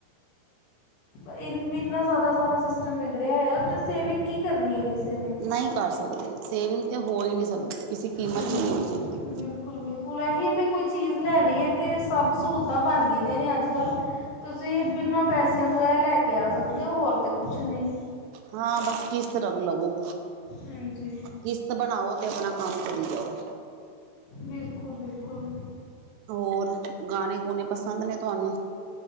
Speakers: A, on the left (about 75°); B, on the right (about 80°).
A: ਇ ਇੰਨਾ ਜ਼ਿਆਦਾ ਸਾਰਾ ਸਿਸਟਮ ਵਿਗੜਿਆ ਹੋਇਆ ਤੇ ਸੇਵਿੰਗ ਕੀ ਕਰਨੀ ਹੈ ਕਿਸੇ ਨੇ
B: ਨਹੀਂ ਕਰ ਸਕਦੇ, ਸੇਵਿੰਗ ਤੇ ਹੋ ਹੀ ਨਹੀਂ ਸਕਦੀ, ਕਿਸੇ ਕੀਮਤ
A: ਹਾਂਜੀ
B: 'ਚ ਨਹੀਂ ਹੋ ਸਕਦੀ।
A: ਬਿਲਕੁਲ -ਬਿਲਕੁਲ ਇਹੀ ਹੈ ਵੀ ਕੋਈ ਚੀਜ਼ ਲੈਣੀ ਹੈ, ਤੇ ਸਭ ਸਹੂਲਤਾਂ ਬਣ ਗਈਦੀਆਂ ਨੇ ਅੱਜ ਕੱਲ੍ਹ ਤੁਸੀਂ ਬਿਨਾਂ ਪੈਸਿਆਂ ਤੋਂ ਇਹ ਲੈ ਕੇ ਆ ਸਕਦੇ ਹੋ, ਹੋਰ ਤੇ ਕੁਛ ਨਹੀਂ।
B: ਹਾਂ ਬਸ ਕਿਸ ਤਰ੍ਹਾਂ ਲਵੋ
A: ਹਾਂਜੀ।
B: ਕਿਸ਼ਤ ਬਣਾਓ ਅਤੇ ਆਪਣਾ ਕੰਮ ਕਰੀ ਜਾਓ।
A: ਬਿਲਕੁਲ -ਬਿਲਕੁਲ।
B: ਹੋਰ ਗਾਣੇ -ਗੂਣੇ ਪਸੰਦ ਨੇ ਤੁਹਾਨੂੰ?